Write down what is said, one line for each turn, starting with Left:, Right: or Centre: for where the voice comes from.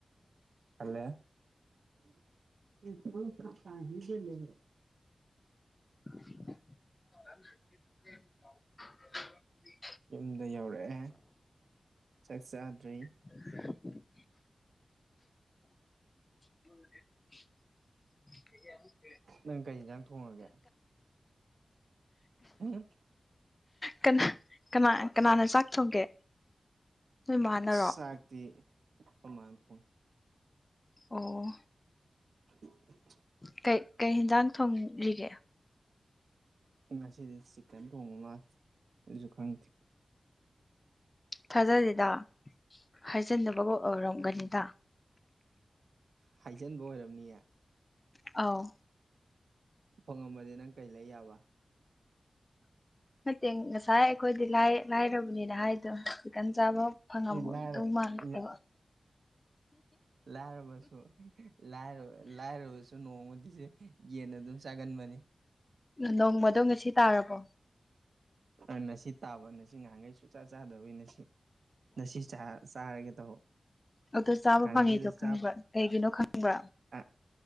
Right: ꯍꯜꯂꯛꯑꯦ <unintelligible>
Left: <inaudible>
Right: ꯌꯨꯝꯗ ꯌꯧꯔꯛꯑꯦ ꯆꯥꯛ ꯆꯥꯗ꯭ꯔꯤ
Left: <inaudible> <inaudible>
Right: ꯅꯪ ꯀꯩ ꯏꯟꯁꯥꯡ ꯊꯣꯡꯉꯒꯦ ꯍꯨꯡ
Left: ꯀꯅꯥ ꯀꯅꯥ ꯀꯅꯥꯅ ꯆꯥꯛ ꯊꯣꯡꯒꯦ ꯅꯣꯏ ꯃꯥꯅꯔꯣ
Right: ꯑ꯭ꯁ ꯆꯥꯛꯇꯤ ꯑꯈꯣꯏꯃꯥꯅ ꯊꯣꯡꯉꯦ
Left: ꯑꯣ
Right: <inaudible>
Left: ꯀꯩ ꯀꯩ ꯏꯟꯖꯥꯡ ꯊꯣꯡꯔꯤꯒꯦ
Right: ꯉꯁꯤꯗꯤ ꯆꯤꯛꯀꯟ ꯊꯣꯡꯕ ꯃꯥꯜꯂꯦ ꯑꯩꯖꯨ ꯈꯪꯗꯦ
Left: ꯊꯥꯖꯗꯦꯗ ꯍꯥꯏꯖꯟꯅꯕꯒ ꯑꯣꯏꯔꯝꯒꯅꯤꯗ
Right: ꯍꯥꯏꯖꯟꯕ ꯑꯣꯏꯔꯝꯅꯤꯌꯦ
Left: ꯑꯧ
Right: ꯐꯪꯉꯝꯃꯗꯤ ꯅꯪ ꯀꯩ ꯂꯩ ꯌꯥꯕ
Left: ꯅꯠꯇꯦ ꯉꯁꯥꯏ ꯑꯩꯈꯣꯏꯗꯤ ꯂꯥꯏ ꯂꯥꯏꯔꯕꯅꯤꯅ ꯍꯥꯏꯗꯣ ꯆꯤꯛꯀꯟ <unintelligible> ꯆꯥꯕ <unintelligible>
Right: ꯂꯥꯏꯔ
Left: ꯃꯥꯟꯗꯕ
Right: ꯂ ꯂꯥꯏꯔꯕꯁꯨ ꯂꯥꯏꯔ ꯂꯥꯏꯔꯕꯁꯨ ꯅꯣꯡꯃꯗꯤꯁꯦ ꯌꯦꯟ ꯑꯗꯨꯝ ꯆꯥꯒꯟꯕꯅꯤ
Left: ꯅꯣꯡꯃꯗꯣ ꯉꯁꯤ ꯇꯥꯔꯕꯣ
Right: ꯎꯝ ꯅꯁꯤ ꯇꯥꯕ ꯅꯁꯤ ꯉꯍꯥꯟꯈꯩ ꯁꯨꯡꯆꯥ ꯆꯥꯗꯕꯩ ꯅ ꯁꯤ ꯉꯁꯤ ꯆ ꯆꯥꯔꯒꯦ ꯇꯧꯕ
Left: ꯑꯗꯣ ꯆꯥꯕ
Right: ꯉꯍꯥꯟꯈꯩꯗ
Left: ꯐꯪꯉꯤꯗꯣ ꯈꯪꯕ꯭ꯔꯥ
Right: ꯆꯥ
Left: ꯀꯩꯒꯤꯅꯣ ꯈꯪꯕ꯭ꯔꯥ
Right: ꯑ